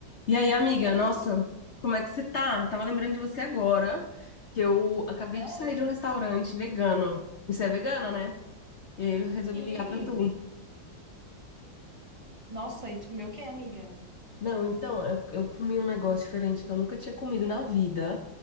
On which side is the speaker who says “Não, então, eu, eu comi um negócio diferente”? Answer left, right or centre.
Left